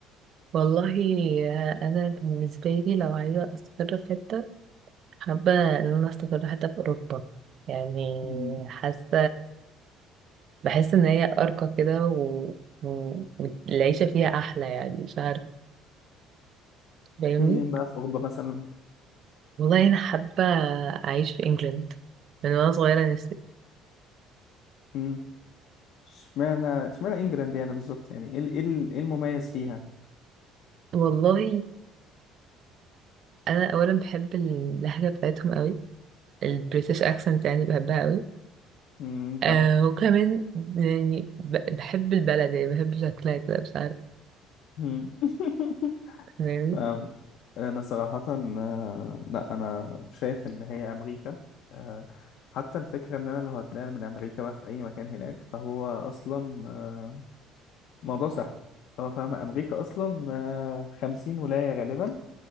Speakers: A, on the right; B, on the left.
A: والله انا بالنسبه لي لو عايزه استقر في حته حابه ان انا استقر حتى في اوروبا يعني
B: مم.
A: حاسه بحس ان هي ارقى كده و... و... والعيشه فيها احلى يعني مش عارفه فاهمني
B: فين بقى في اوروبا مثلا
A: والله انا حابه اعيش في انجلند من وانا صغيره نفسي
B: مم. اشمعنى اشمعنى انجلاند يعني بالظبط يعني ايه ال- ايه ال- إيه المميز فيها
A: والله انا اولا بحب اللهجه بتاعتهم قوي البريتش اكسنت يعني بحبها قوي
B: مم،
A: آه
B: فاهم
A: وكمان يعني ب- بحب البلد يعني بحب شكلها كده مش عارفة
B: مم. <laughs>
A: فاهماني؟
B: فاهم انا صراحة آه، لا انا شايف ان هي امريكا آه، حتى الفكرة ان انا لو هتنقل من امريكا بقى في اي مكان هناك فهو اصلا آه، موضوع سهل هو فاهم امريكا اصلا آه، خمسين ولاية غالبا